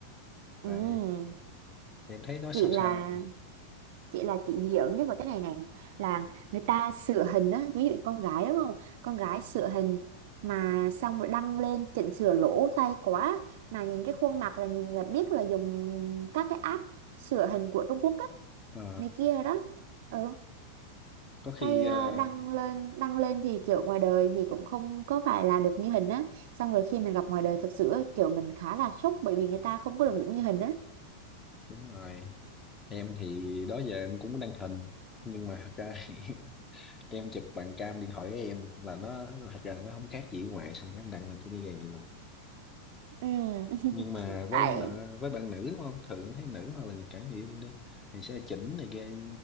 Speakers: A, on the right (about 50°); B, on the left (about 20°).
A: Ừ.
B: lại em thấy nó
A: chị
B: sao
A: là
B: sao
A: chị là chị hiểu nhất vào cái này này là người ta sửa hình á ví dụ con gái đúng không con gái sửa hình mà xong rồi đăng lên chỉnh sửa lỗ tay quá mà nhìn cái khuôn mặt là nhìn là biết là dùng các cái app sửa hình của Trung Quốc á
B: Ờ,
A: này kia đó ừ
B: có khi
A: cái ờ,
B: ờ,
A: đăng lên đăng lên thì kiểu ngoài đời thì cũng không có phải là được như hình á xong rồi khi mình gặp ngoài đời thật sự á, kiểu mình khá là sốc bởi vì người ta không có được giống như hình á
B: đúng rồi em thì đó giờ em cũng đăng hình nhưng mà thật ra <laughs> em chụp bằng cam điện thoại của em là nó thật ra nó không khác gì ngoài xong cái em đăng lên cũng y gan vậy luôn
A: ừ <laughs>
B: nhưng mà với
A: tại
B: nợ, với bạn nữ đúng không thường thấy nữ hoặc là người cả người yêu em đi thì sẽ chỉnh này kia